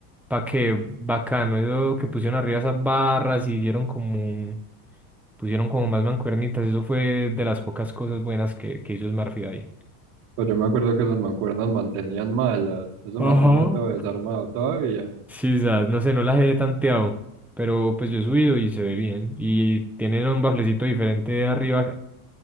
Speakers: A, in the centre; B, on the right.
A: Pa' que bacano, eso que pusieron arriba esas barras y dieron como un... Pusieron como más mancuernitas, eso fue de las pocas cosas buenas que, que hizo Smartfit ahí.
B: Pues yo me acuerdo que esas mancuernas mantenían malas. Eso
A: Ajá.
B: mantenía todo desarmado todavía.
A: Sí, sas, no sé, no las he tanteado, pero pues yo he subido y se ve bien. Y tienen un baflecito diferente de arriba,